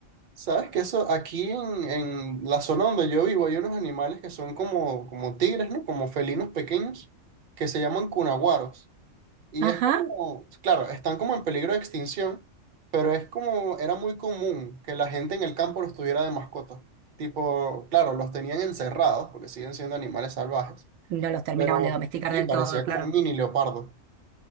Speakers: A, on the right; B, on the right.
A: Sabes que eso, aquí en, en la zona donde yo vivo hay unos animales que son como, como tigres, ¿no? Como felinos pequeños que se llaman cunaguaros. Y es
B: Ajá.
A: como, claro, están como en peligro de extinción, pero es como, era muy común que la gente en el campo los tuviera de mascotas. Tipo, claro, los tenían encerrados porque siguen siendo animales salvajes,
B: Y No los terminaban
A: pero
B: de domesticar
A: sí,
B: del
A: parecía
B: todo, claro.
A: como un mini leopardo.